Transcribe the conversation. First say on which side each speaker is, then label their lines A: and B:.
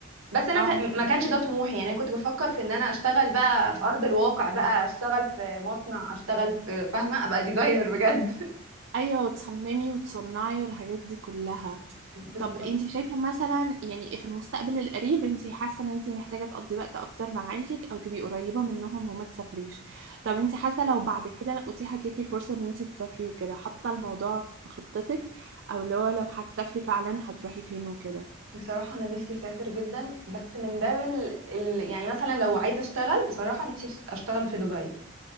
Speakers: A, on the right; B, on the right.
A: بس انا
B: اه
A: ك... ما كانش ده طموحي يعني انا كنت بفكر في ان انا اشتغل بقى في ارض الواقع بقى اشتغل في مصنع اشتغل في فاهمه ابقى ديزاينر بجد <laughs>
B: ايوه وتصممي وتصنعي والحاجات دي كلها
A: بالظبط
B: طب انت شايفة مثلا يعني في المستقبل القريب انت حاسة ان انت محتاجة تقضي وقت اكتر مع عيلتك او تبقي قريبة منهم وما تسافريش طب انت حاسة
A: مم.
B: لو بعد كده اتيحت ليكي الفرصة ان انت تسافري وكده حاطة الموضوع في خطتك او اللي هو لو هتسافري فعلا هتروحي فين وكده
A: بصراحة أنا نفسي أسافر جدا بس من باب ال... ال... يعني مثلا لو عايزة أشتغل بصراحة نفسي أش- أشتغل في دبي